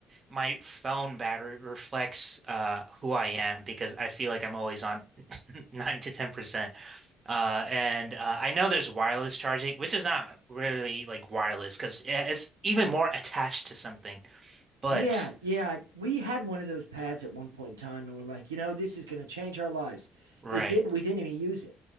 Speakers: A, on the right; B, on the right.
A: my phone battery reflects, uh, who I am because I feel like I'm always on <laughs> nine to 10%. Uh, and uh, I know there's wireless charging, which is not really like wireless because it's even more attached to something. But
B: Yeah, yeah. We had one of those pads at one point in time and we're like, you know, this is going to change our lives.
A: right,
B: It didn't. We didn't even use it.